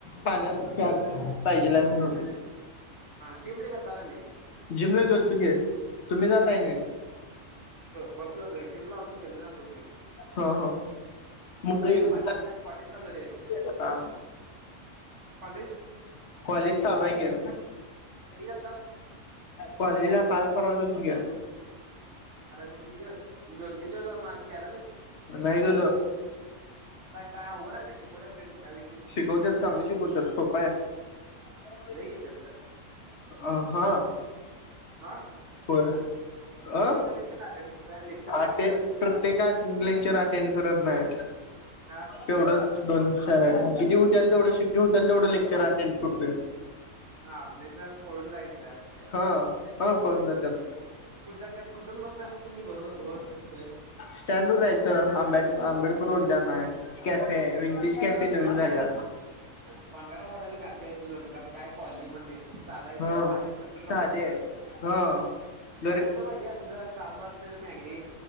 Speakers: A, on the left; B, on the right.
A: पाण्यास पाहिजे लाय म्हणून
B: हा जिमडीकंतगनी
A: जिमला गेल तुके तुम्ही जाताय नाही
B: मज वे जलाजून केलले दोनमनने
A: हा हा मगग
B: बाकीच काय कॉलेज चालू झालंय
A: होता
B: कॉलेज
A: कॉलेज चालवाय क
B: कधी गेलतास
A: कलेला कालरावाज तुे
B: अरे मग किती दिवस दोन तीन दिवस माझा गेला नाहीस
A: नाहीही गलो
B: काय काय अवघड आहे काय शिकवत्यात काय काय विषय
A: शिकवत चांगली शिकवत सोपाय ब
B: लई घेतात का?
A: अ हा
B: हा
A: होय अह
B: <unintelligible>
A: अटेंड
B: लेक्चरला
A: प्रत्येक लेक्चर अटेंड करत नाही
B: हा
A: तेवढंच दोन अच्छा किती होतीलल तेवढं शक्य होतीलल तेवढ क्चर अटेंड करतोय.
B: हा नाही तर पळून जायचं
A: हा हा पळुन जातात.
B: कुठ जात त्यात कुजून बसताय मग तुम्ही बर बर
A: स्टँडवर रहायचं आंबेड आंबेडकर उद्यान आहे. कॅफे आहे इंटिश कॅफे ते नवीन झाल्या.
B: भंगारा वडाचं कॅफे आहे ते सोड कॉलनीमध्ये साध आहे
A: ह
B: साधे छप्परी लोकांचा
A: साधे
B: आहे ते
A: ह
B: स्टँडर्ड
A: गरीब
B: पाहिजे असलं स्टारबक्स नाहीतर मॅगडी,